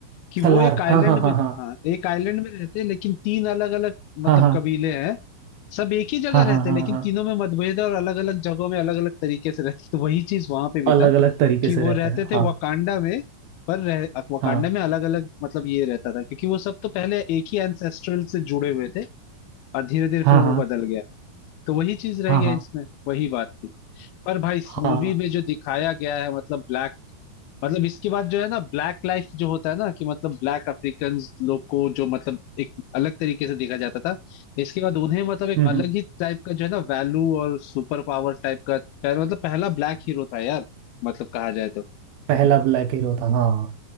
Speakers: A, on the left (about 80°); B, on the right (about 80°).
A: कि वो
B: सलार
A: एक आइलैंड
B: हाँ हाँ हाँ
A: में
B: हाँ
A: हाँ एक आइलैंड में रहते हैं लेकिन तीन अलग अलग मतलब
B: हाँ हाँ
A: कबीले हैं सब एक ही जगह
B: हाँ
A: रहते
B: हाँ हाँ
A: लेकिन
B: हाँ
A: तीनों में मतभेद है और अलग अलग जगहों में अलग अलग तरीके से रहते तो वही चीज वहां पे भी
B: अलग
A: था
B: अलग तरीके
A: कि
B: से
A: वो
B: रहते
A: रहते
B: हैं
A: थे
B: हाँ
A: वकांडा में पर रह वकांडा
B: हाँ
A: में अलग अलग मतलब ये रहता था क्योंकि वो सब तो पहले एक ही एंसेस्ट्रल से जुड़े हुए थे और धीरे धीरे फिर
B: हाँ
A: वो
B: हाँ
A: बदल गया तो वही चीज रह
B: हाँ
A: गया
B: हाँ
A: इसमें वही बात थी पर भाई
B: हाँ
A: मूवी में जो दिखाया गया है मतलब ब्लैक मतलब इसके बाद जो है ना ब्लैक लाइफ जो होता है ना कि मतलब ब्लैक अफ्रीकन लोग को जो मतलब एक अलग तरीके से देखा जाता था इसके बाद उन्हें मतलब एक
B: हम्म हम्म,
A: अलग ही टाइप का जो है ना वैल्यू और सुपर पावर टाइप का पह- मतलब पहला ब्लैक हीरो था यार मतलब कहा जाए तो
B: पहला ब्लैक हीरो था हाँ